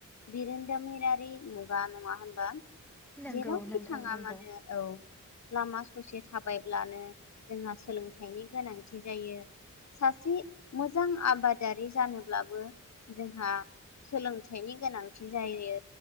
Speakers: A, on the left; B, in the centre.
A: बिरोनदामिरारि मुगा नङा होमबा।
B: नंगौ
A: जेरावखि
B: नोंथां
A: थाङा
B: नंगौ
A: मानो औ लामा खौसे थाबायब्लानो जोंहा सोलों थाइनि गोनांथि जायो सासे मोजां आबादारि जानोब्लाबो जोंहा सोलोंथाइनि गोनांथि जायो।